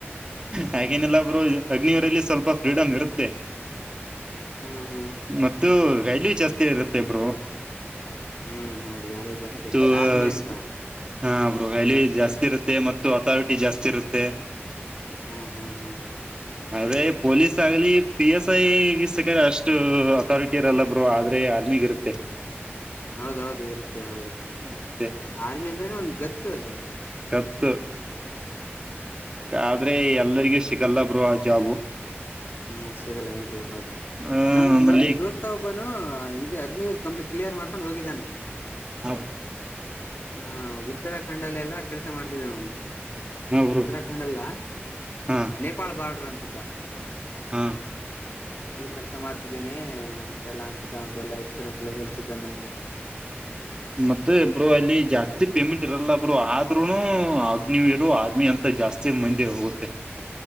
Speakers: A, on the right; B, on the left.
A: ಹಾಗೇನಿಲ್ ಬ್ರೋ ಅಗ್ನಿವೀರದಲ್ಲಿ ಸ್ವಲ್ಪ ಫ್ರೀಡಮ್ ಇರುತ್ತೆ
B: ಹ್ಮ ಹಾ
A: ಮತ್ತು ವ್ಯಾಲ್ಯೂ ಜಾಸ್ತಿ ಇರುತ್ತೆ ಬ್ರೋ
B: ಹ್ಮ್ ಹೌದು ಯಾರೇ ಜಾಸ್ತಿ ಇರುತ್ತೆ
A: ದೋಸ್ತ
B: ಆರ್ಮಿ ಅಂತ
A: ಹಾ ವ್ಯಾಲ್ಯೂ ಜಾಸ್ತಿ ಇರುತ್ತೆ ಮತ್ತು ಅಥಾರಿಟಿ ಜಾಸ್ತಿ ಇರುತ್ತೆ
B: ಹ್ಮ್ ಹ್ಮ್ ಹ್ಮ್
A: ಅದೇ ಪೊಲೀಸ್ ಆಗ್ಲಿ ಪಿ ಎಸ್ ಐ ಸಕ್ರ ಅಷ್ಟು ಅಥಾರಿಟಿ ಇರಲ್ಲ ಬ್ರೋ ಆದ್ರೆ. ಆರ್ಮಿಗ ಇರುತ್ತೆ.
B: ಹೌದೌದು ಇರುತ್ತೆ ಹೌದು
A: ಇರುತ್ತೆ
B: ಆರ್ಮಿ ಅಂದ್ರ ಒಂದ್ ಗತ್ತು ಅದದು
A: ಹೆ ಆದ್ರೆ ಎಲ್ಲರಿಗೂ ಸಿಗಲ್ಲ ಬ್ರೋ ಆ ಜಾಬು
B: ಹ್ಮ್ ಸಿಗಲ್ಲ ಎಲ್ರಿ ಹೌದು
A: ಆ
B: ನಂದ
A: ನಮ್ಮಲ್ಲಿ
B: ನನ್ ದೋಸ್ತ ಒಬ್ಬ ಇೇ ಅಗ್ನಿರ್ ಕಂಪ್ಲೀಟ್ ಕ್ಲಿಯರ್ ಮಾಡ್ಕೊಂಡು ಹೋಗಿದ್ದಾನೆ
A: ಹೌದು
B: ಹ ಉತ್ತರಾಖಂಡಲ್ಲೆಲ್ಲ ಕೆಲ್ಸ ಮಾಡ್ತಿದ್ದೆ ನು
A: ಬ್ರೋ
B: ಉತ್ತರಾಖಂಡ್ ಅಲ್ಲ
A: ಹಾ
B: ನೇಪಾಳ್ ಬಾರ್ಡರ್ ಅಂತಿದ್ದ
A: ಹಾ
B: ಅಲ್ಲಿ ಕೆಲ್ಸ ಮಾಡ್ತಿದ್ದೀನಿ ಅಂತೆಲ್ಲಾ ಅಂತಿದ್ದ ಒಲ್ಲಾ ಎಕ್ಸ್ಪೀರಿಯನ್ಸ್ ಎಲ್ಲ ಹೇಳ್ತಿದ್ದ ನಂಗೆ
A: ಹ ಹಾ ಮತ್ತೆ ಬ್ರೋ ಅಲ್ಲಿ ಜಾಸ್ತಿ ಪೇಮೆಂಟ್ ಇರಲ್ಲಬ್ರೋ ಆದ್ರೂನು ಅಗ್ನಿವೀರ ನು ಅಂತ ಮ ಜಾಸ್ತಿ ಮಂದೆ ಹೋಗುತ್ತೆ